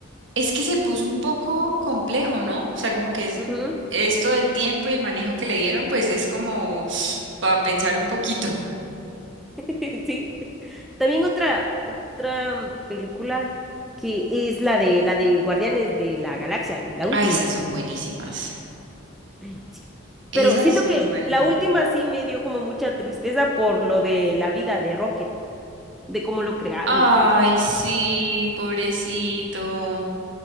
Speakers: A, on the right (about 60°); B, in the centre.
A: Es que se puso un poco complejo, ¿no? O sea, como que es-
B: Ujú.
A: esto del tiempo y el manejo que le dieron, pues es como <sniffs> para pensar un poquito.
B: <laughs> Sí. También otra, otra mm, película que es la de la de Guardianes de la Galaxia, la última.
A: Ay, esas son buenísimas.
B: Sí.
A: Esas
B: Pero siento
A: son
B: que
A: muy buenas.
B: la última sí me dio como mucha tristeza por lo de la vida de Rocket, de cómo lo crearon
A: Ay,
B: y todo eso.
A: sí, pobrecito.